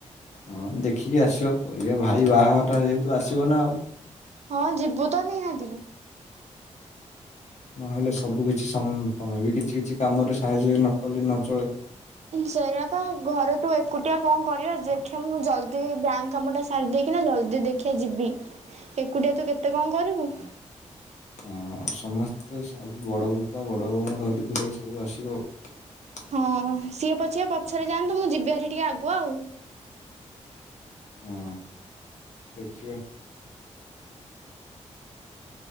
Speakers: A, on the left (about 60°); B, on the right (about 60°).
A: ହଁ ଦେଖିକି ଆସିବ ପରିବାର ଭାଇ ବାହାଘରଟା ଯେହେତୁ ଆସିବ ନା ଆଉ।
B: ହଁ ଯିବୁ ତ ନିହାତି।
A: ନହେଲେ ସବୁ କିଛି ତମେ ବି କିଛି କିଛି କାମରେ ସାହାଯ୍ୟ ନ କଲେ ନ ଚଳେ।
B: ସେଇଆପା ଘରେ ତୁ ଏକୁଟିଆ କଣ କରିଆ। ଦେଖିବା ମୁ ଜଲଦି ବ୍ୟାଙ୍କ କାମ ଟା ସାରି ଦେଇକିନା ଜଲଦି ଦେଖିଆ ଯିବି। ଏକୁଟିଆ ତୁ କେତେ କଣ କରିବୁ।
A: ହଁ ସମସ୍ତେ ସବୁ ବଡ ବାପା ବଡ ବାଉଙ୍କୁ ଧରି ଧୁରାକି ସବୁ ଆସିବ ଆଉ।
B: ହଁ ସିଏ ପଛେ ପଛରେ ଯାଆନ୍ତୁ। ମୁଁ ଯିବି ହାରି ଟିକେ ଆଗୁଆ ଆଉ।
A: ହଁ <inaudible> ଦେଖିବା।